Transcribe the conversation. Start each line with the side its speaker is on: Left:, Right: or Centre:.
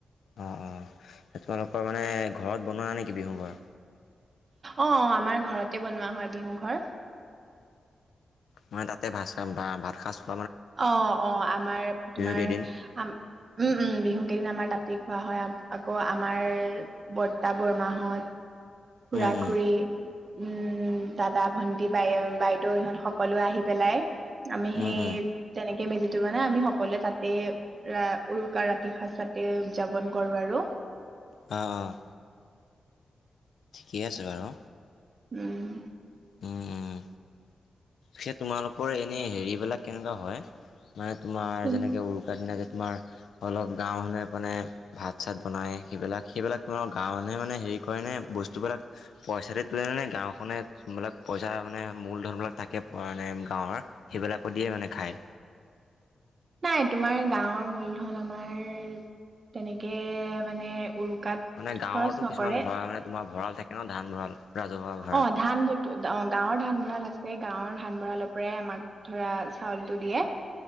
Left: অ', অ', তোমালোকৰ মানে ঘৰত বনোৱা নেকি বিহু ঘৰ?
Right: অ' অ' আমাৰ ঘৰতে বনোৱা হয় বিহু ঘৰ।
Left: মই তাতে ভাত খ ভাত খাইো <inaudible>
Right: অ' অ' আমাৰ তোমাৰ,
Left: কেইদিন
Right: উম উম বিহু কেইদিন আমাৰ তাতে খোৱা হয়, আ- আকৌ আমাৰ বৰ্তা বৰমাহত খুৰা
Left: উম,
Right: -
Left: উম,
Right: খুৰী উম, দাদা ভন্টি বাইে - বাইদেউ ইহঁত সকলো আহি পেলাই। আমি সেই
Left: উম, উম,
Right: তেনেকে মেজিটো মানে আমি সকলোৱে তাতে ৰা-উৰুকা ৰাতি সাঁজ তাতে উদযাপন কৰোঁ আৰু। <unintelligible>
Left: অ' ঠিকে আছে বাৰু।
Right: উম।
Left: উম, উম। সেই তোমালোকৰ এনে হেৰিবিলাক কেনেকুৱা হয়? মানে তোমাৰ
Right: কোন-
Left: যেনেকে উৰুকাৰ দিনা যে, তোমাৰ অলপ গাঁৱৰ মানুহে মানে ভাত, চাত বনায় সেইবিলাক, সেইবিলাক তোমাৰ গাঁৱৰ মানুহে মানে হেৰি কৰেনে বস্তুবিলাক? পইচা দি তোলেনে? গাঁওখনে যোনবিলাক পইচা মানে মূলধনবিলাক থাকে, মানে গাঁৱৰ সেইবিলাকো দিয়ে মানে খায়?
Right: নাই, তোমাৰ গাঁওৰ মূলধন আমাৰ তেনেকে মানে উৰুকাত
Left: মানে গাঁৱৰতো
Right: খৰচ নকৰে
Left: কিছু ভঁৰাল মানে তোমাৰ ভঁৰাল থাকে ন ধান ভঁৰাল ৰাজহুৱা ভ
Right: অ', ধান ভ-অ' গাঁৱৰ ধান ভঁৰাল আছে। গাঁৱৰ ধান ভঁৰালৰ পৰাই আমাক ধৰা চাউলটো দিয়ে।